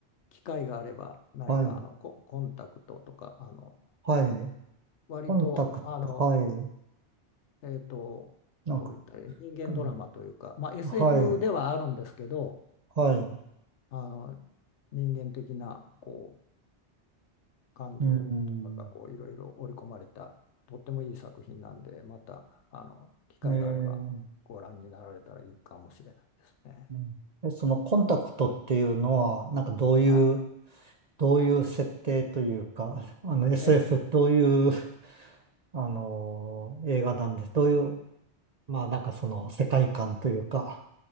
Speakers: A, on the left; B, on the right.
A: 機会があれば何かあのコ、
B: はい、
A: コンタクトとかあの
B: はい。
A: 割とあの、
B: コンタクト、はい。
A: えーと、
B: なんか、
A: どう言ったらいい人間ドラマというか、
B: うん
A: まあ、SF
B: はい、
A: ではあるんですけど
B: はい。
A: あの人間的なこう感情とかがこういろいろ織り込まれたとってもいい作品なんでまたあの機会があればご覧になられたらいいかもしれないですね。
B: うん。ねえーうんえそのコンタクトっていうのは、なんかどういう、
A: は
B: どういう設定というか、あの SF
A: い。ええ、
B: どういう、あのー映画なんで、どういう、まあなんかその世界観というか、